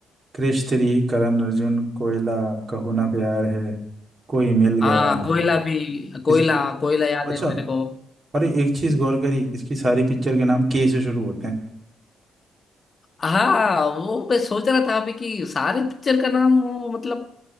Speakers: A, on the right; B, on the left.
A: क्रिश थ्री करण अर्जुन कोयला कहो ना प्यार है कोई मिल
B: हाँ
A: गया
B: कोयला भी कोयला
A: इसकी
B: कोयला याद
A: अच्छा
B: है मेरे को
A: अरे एक चीज गौर करी इसकी सारी पिक्चर के नाम के से शुरू होते हैं
B: हाँ वो मैं सोच रहा था अभी कि सारे पिक्चर का नाम वो मतलब